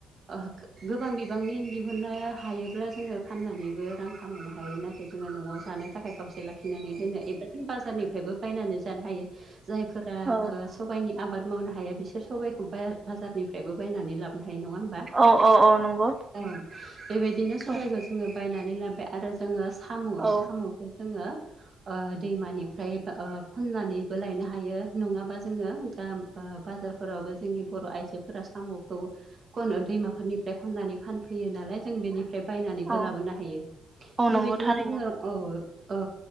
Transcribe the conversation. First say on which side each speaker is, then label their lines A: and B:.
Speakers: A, on the right; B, on the right.
A: ओ गोबां बिबांनि दिहुननाय हायोब्ला जोङो फाननानैबो रां खामायनो हायो नाथाय जोङो नआव जानो थाखाय खावसे लाखिनानै दोनो एबा बाजारनिफ्रायबो बायनानै जानो हायो। जायफोरा
B: औ
A: ओ स सबाइनि आबाद मावनो हाया बिसोर सबाइखौ बाया बाजारनिफ्रायबो बायनानै लाबोन हायो नङा होन बा?
B: औ औ औ नंगौ
A: ओ बेबायदिनो सबायखौ
B: औ
A: ज जोङो बायनानै लाबाय आरो जोङो साम
B: औ
A: सामखौ जोङो ओ दैमानिफ्राय बा ओ खननानैबो लायनो हायो नङाबा जोङो दा ओ बाजारफोरावबो जोंनि बर आइजोफोरा सामखौ खन दैमाफोरनिफ्राय खननानै फानफैयो नालाय जों बेनिफ्राय बायनानै लाबोनो
B: औ
A: हायो
B: औ
A: ।बेबायदिनो
B: नंगौ थारैनो
A: जोङो ओ औ